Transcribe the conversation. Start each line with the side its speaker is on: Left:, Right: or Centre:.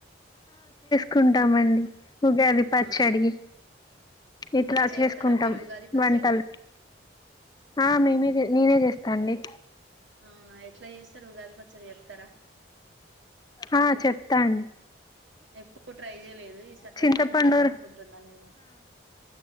Left: కుంటామండి ఉగాది పచ్చడి
Right: అవునా
Left: ఇట్లా
Right: చేస్తారా
Left: చేసుకుంటాం
Right: మీరు ఉగాది పచ్చడి
Left: వంటలు ఆ మేమది నేనే చేస్తానండి
Right: అవునా ఎట్లా చేస్తారు కాదు పచ్చడి చెప్తారా
Left: ఆ చెప్ప తాండి
Right: ఎప్పుడు ట్రై చేయలేదు ఈసారి ట్రై
Left: చింతపండూరు
Right: చేద్దామని అనుకుంటున్నా నేను